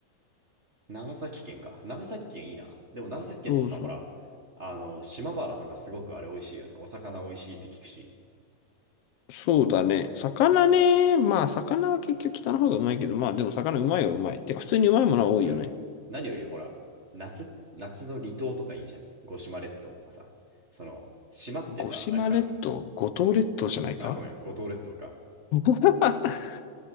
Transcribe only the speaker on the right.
長崎県か。長崎県いいな。でも長崎県ってさ、
ほら、あの、島原とかすごくあれ美味しいよね。お魚美味しいって聞くし。
うん。何よりほら、夏、夏の離島とかいいじゃん。五島列島とかさ。その、島ってさ、
なんか、
そう。あ、ごめん、五島列島か。